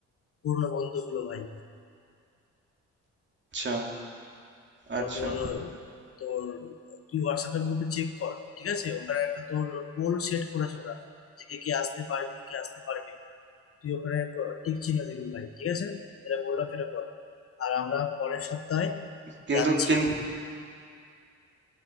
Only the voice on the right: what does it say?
আচ্ছা
আচ্ছা
কিন্তু
কিন-